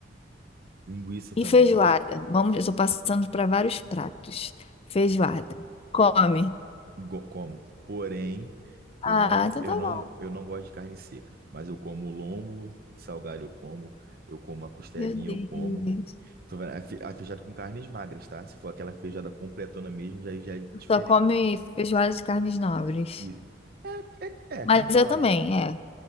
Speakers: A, on the right; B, on the left.
A: Linguiça
B: E
A: também,
B: feijoada? Vamos, eu estou passando para vários pratos. Feijoada. Come.
A: go- como. Porém,
B: Ah,
A: eu não, go-
B: então
A: eu
B: tá bom.
A: não, eu não gosto de carne seca, mas eu como lombo, salgado eu como, eu como a costelinha,
B: Meu Deus.
A: eu como. Tô vendo, a fi- a feijoada com carnes magras, tá? Se for aquela feijoada completona mesmo, aí já é diferente.
B: Só come feijoada de carnes nobres.
A: E é, é, é
B: Mas
A: carnes
B: eu
A: nobres.
B: também, é.